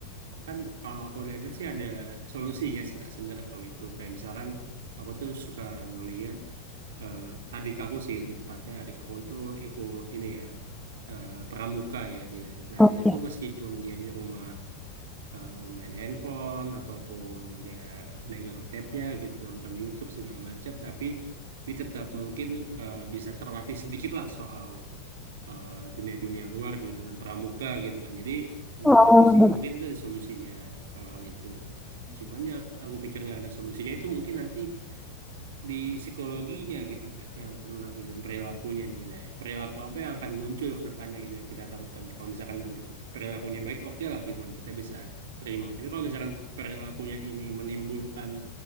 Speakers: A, on the right (about 60°); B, in the centre.
A: kan kalau aku lihat sih ada solusinya sih Kak sebenarnya kalau itu. Kayak misalkan aku tuh suka ngelihat eh, adik aku sih lebih tepatnya adik aku itu ikut ini ya eh, pramuka ya dia. Nah
B: <laughs> Oke.
A: dia tuh meskipun dia di rumah eh, main handphone ataupun dia megang tabnya gitu nonton YouTube segala macam, tapi dia tetap mungkin eh, bisa terlatih sedikit lah soal eh, dunia-dunia luar gitu dengan pramuka gitu kan. Jadi menurut
B: Oh,
A: aku
B: bagus.
A: sih mungkin itu ada solusinya kalau hal itu. Cuman yang aku pikir nggak ada solusinya itu mungkin nanti di psikologinya gitu kak yang kena gitu kan perilakunya nih. Nah perilaku apa yang akan muncul ke depannya gitu yang kita tahu kan kalau misalkan nanti perilakunya baik oke lah gitu kan kita bisa terima. Tapi kalau misalkan perilakunya ini menimbulkan